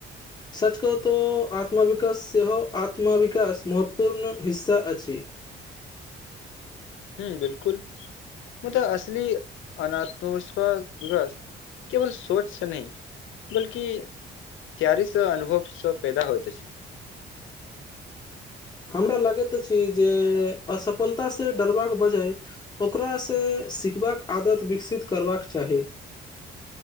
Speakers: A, on the left; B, on the left.
A: सच कह तऽ आत्मविकाश सेहो आत्मविकाश महत्वपूर्ण हिस्सा अछि <unintelligible>
B: हू बिल्कुल मुदा असल अनात्मविश्वास विकास केवल सोच से नहि बल्कि तैयारी सऽ अनुभव सब पेदा होइत अछि
A: हमरा लगैत अछी जे असफलता से डरबाक बजाय ओकरासँ सिखबाके आदत विकसित करबाक चाही